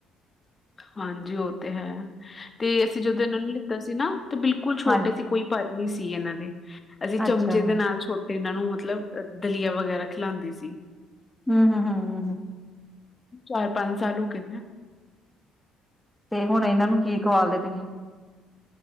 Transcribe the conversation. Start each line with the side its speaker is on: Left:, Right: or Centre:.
Left: ਹਾਂਜੀ, ਉਹ ਤੇ ਹੈ ਤੇ ਅਸੀਂ ਜਦੋਂ ਇਹਨਾਂ ਨੂੰ ਲਿੱਤਾ ਸੀ ਨਾ ਤੇ ਬਿਲਕੁੱਲ ਛੋਟੇ
Centre: ਹਾਂਜੀ
Left: ਸੀ। ਕੋਈ ਪਰ ਨੀ ਸੀ ਇਹਨਾਂ ਦੇ ਅਸੀਂ ਚਮੱਚੇ
Centre: ਅੱਛਾ
Left: ਦੇ ਨਾਲ ਛੋਟੇ ਤੇ ਇਹਨਾਂ ਨੂੰ ਮੱਤਲਬ ਦਲੀਆ ਵਗੈਰਾ ਖਿਲਾਉਂਦੀ ਸੀ।
Centre: ਹਮ ਹਮ ਹਮ ਹਮ।
Left: ਚਾਰ ਪੰਜ ਸਾਲ ਹੋ ਗਏ ਤੇ।
Centre: ਤੇ ਹੁਣ ਇਹਨਾਂ ਨੂੰ ਕੀ ਖਵਾਂਦੇ ਨੇ?